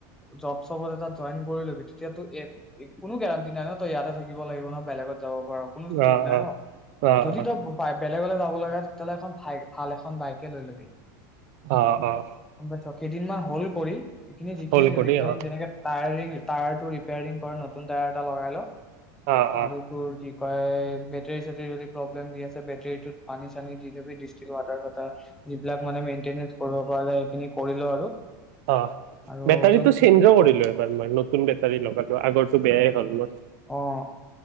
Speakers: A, in the centre; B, on the right.
A: জব চবত এটা জইন কৰি ল'বি তেতিয়া তো কোনো গেৰাণ্টি নাই ন তো ইয়াতে থাকিব লাগিব ন বেলেগত যাব পাৰ কোনো তো
B: অ
A: ঠিক নাই ন
B: অ অ
A: যদি তই বেলেগলে যাব লাগে ভ ভাল এখন বাইকে লৈ ল'বি
B: অ অ
A: গম পাইছ কেইদিনমান হল কৰি এইখিনি যিখিনি
B: হ'ল কৰি
A: ৰিপেয়াৰিং
B: অ
A: যেনেকে টায়াৰিং টায়াৰ টো ৰেপাইৰিং কৰা নতুন টায়াৰ এটা লগাই ল
B: অ অ
A: আৰু তোৰ কি কয় বেটেৰী চেটৰী যদি প্ৰব্লেম দি আছে বেটেৰীটোত পানী দি যাবি ডিষ্টাইল ৱাটাৰ এটা যিবিলাক মানে মেইনটেইন কৰিব পৰা যায় সেইখিনি কৰি ল আৰু
B: অ
A: আৰু
B: বেটাৰীটো
A: যোন
B: চেঞ্জো কৰিলো এবাৰ মই নতুন বেটাৰী লগালো আগ বেয়ায়ে হল মত
A: অ